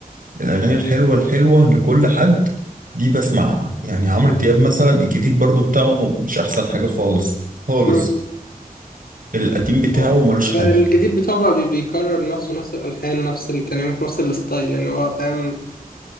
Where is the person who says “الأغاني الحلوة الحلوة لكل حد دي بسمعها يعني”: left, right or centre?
Right